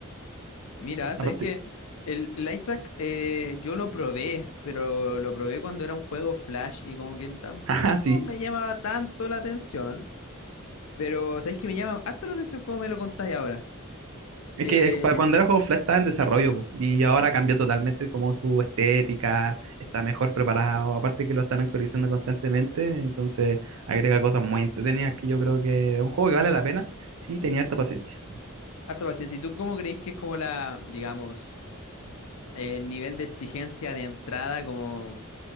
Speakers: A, on the left; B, on the right.
A: Mira, sabéis
B: Aparte,
A: que el, el Isaac eh, yo lo probé, pero lo probé cuando era un juego Flash y como que tampoco
B: <laughs> ajá, sí.
A: me llamaba tanto la atención. Pero sabéis que me llama harto la atención como me lo contáis ahora.
B: Es
A: Eh,
B: que para cuando era juego Flash estaba en desarrollo, po, y ahora cambió totalmente como su estética, está mejor preparado, aparte que lo están actualizando constantemente, entonces agrega cosas muy entretenidas que yo creo que es un juego que vale la pena si tenía esta paciencia.
A: harto paciencia. ¿Y tú cómo creéis que es como la, digamos, el nivel de exigencia de entrada como